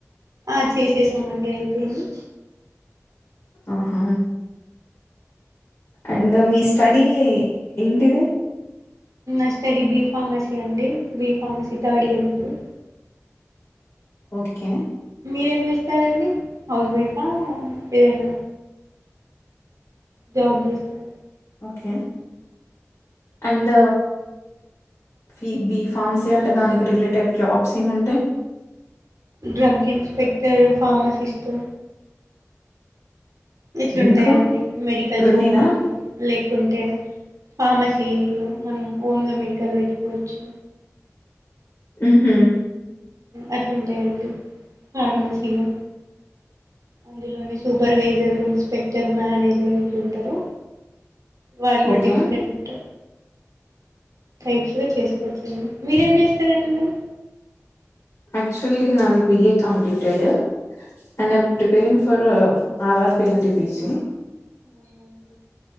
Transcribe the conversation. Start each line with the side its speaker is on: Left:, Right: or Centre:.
Right: ఆ చేసేసనామండి అయిపోయింది
Left: ఓహో అండ్ మీ స్టడీ ఏంటిది
Right: నా స్టడీ బి ఫార్మసీ అండి బి ఫార్మసీ థర్డ్ ఇయర్ ఇప్పుడు
Left: ఓకే
Right: మీరేం చేస్తారండి హౌస్ వైఫా ఏదైనా జాబ్ చేస్తరా
Left: ఓకే అండ్ ఫీ బి ఫార్మసీ అంటే దానికి రిలేటెడ్ జాబ్స్ ఏమంటాయి
Right: డ్రగ్ ఇన్స్పెక్టరు ఫార్మసిస్ట్ ఇట్లుంటాయండి
Left: ఇంకా
Right: మెడికల్
Left: రెండేనా
Right: షాపులలో లేకుంటే ఫార్మసీలో మనం ఓన్గా మెడికల్ పెట్టుకోవచ్చు
Left: ఆహ
Right: అట్లాంటాయండి ఫార్మసీలో అందులోనే సూపర్వైజరు ఇన్స్పెక్టర్ మేనేజర్ ఇట్లుంటారు వాళ్లో
Left: ఓకే.
Right: డిఫరెంట్ టైప్స్ గా చేసుకోవచ్చండి మీరేం చేస్తారండి మరి
Left: ఆక్చువల్లీ నా అది BA completed and I'm preparing for RRB NPC
Right: ఆ